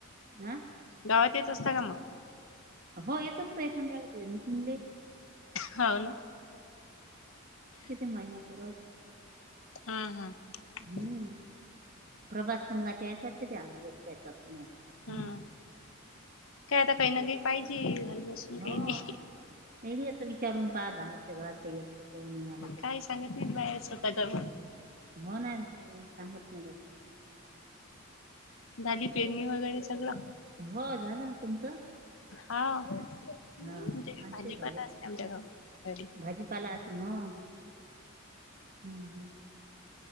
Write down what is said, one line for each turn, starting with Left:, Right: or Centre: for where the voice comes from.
Right: हा
Left: गावात येत असता का मग?
Right: हो येत असते <unintelligible> एखाद्या वेळी मी चिनले
Left: हो ना
Right: महिनाभरात
Left: हम्, हम्
Right: हम्म प्रभात संघाच्या या वाटत त्यां पु
Left: हम्म
Right: <unintelligible>
Left: काय आता काही नवी पाहिजे, घरी बसून काही
Right: हो
Left: नाही.
Right: नाही असं विचारून पाहात जा, आमचा गावात काही अस का म्हणून आल तसं
Left: काय
Right: का
Left: सांगत नाही बाहेर स्वतः कर
Right: म्हणून हो ना, सांगत नाही ब
Left: झाली पेरणी वगैरे सगळं
Right: हो झाल, तुमचं?
Left: हा भाजी
Right: हा आमचे झाले
Left: पाला अस्तोय आमचा गावात. घरी.
Right: भाजीपाला अस न, ह हम् हम्म